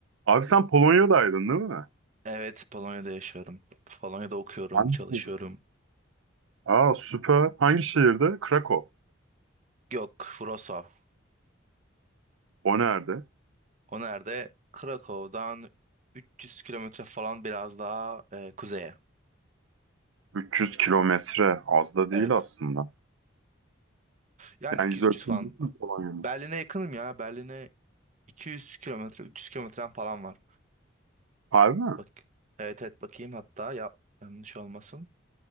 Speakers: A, on the right (about 80°); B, on the right (about 40°).
A: Abi sen Polonya'daydın değil mi?
B: Evet, Polonya'da yaşıyorum. Polonya'da okuyorum,
A: Hangi?
B: çalışıyorum.
A: şehir? Aa süper. Hangi şehirde? Krakow.
B: Yok, Wrocław.
A: O nerede?
B: O nerede? Krakow'dan 300 kilometre falan biraz daha e, kuzeye.
A: 300 kilometre. Az da
B: Evet.
A: değil aslında.
B: Yani
A: Yani
B: 200-300
A: yüz ölçümü
B: falan.
A: değil mi Polonya'nın?
B: Berlin'e yakınım ya. Berlin'e 200 kilometre, 300 kilometrem falan var.
A: Harbi mi?
B: Bak, evet evet bakayım hatta ya yanlış olmasın.